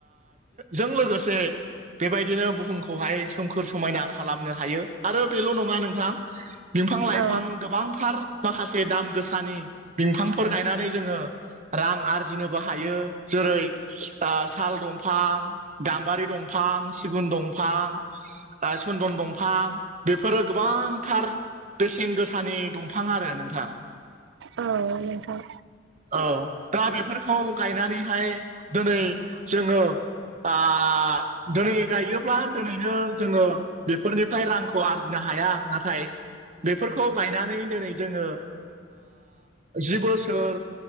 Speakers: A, on the right; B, on the right.
A: जों लोगोसे बेबायदिनो बुहुमखौहाय सोमखोर समायना खालामनो हायो आरो बेल' नङा नोंथां बिफां लाइफां
B: औ
A: गोबांथार माखासे दाम गोसानि बिफांफोर गायनानै जोङो रां आरजिनोबो हायो जेरै साल दंफां गाम्बारि दंफां सिगुन दंफां सन्दन दंफां बेफोरो गोबांथार बेसेन गोसानि दंफां आरो नोंथां
B: औ नोंथां।
A: औ दा बेफोरखौ गायनानैहाय दोनै जोङो आं दोनै गायोब्ला दोनैनो जोङो बेफोरनिफ्राय रां खौ आरजिनो हाया नाथाय बेफोरखौ गायनानै दोनै जोङो जि बोसोर